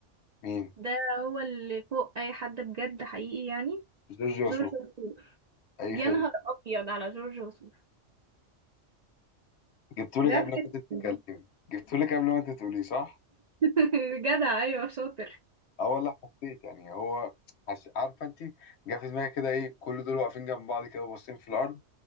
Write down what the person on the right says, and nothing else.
ده هو اللي فوق اي حد بجد حقيقي يعني
جورج وسوف
يا نهار ابيض على جورج وسوف
ده
في
حتة
تانية.
<laughs> جدع ايوه شاطر